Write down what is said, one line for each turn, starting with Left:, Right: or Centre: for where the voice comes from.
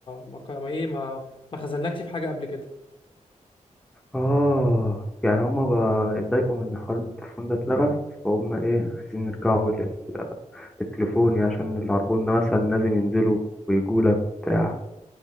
Left: ما ك- ما ايه ما ما خذلناكش في حاجه قبل كده
Centre: اه يعني هما بقى اتضايقوا من حوار ان التليفون ده اتلغى فهم ايه عايزين يرجعوا لل- للتليفون يعني عشان العربون ده مثلا لازم ينزلوا ويجوا لك وبتاع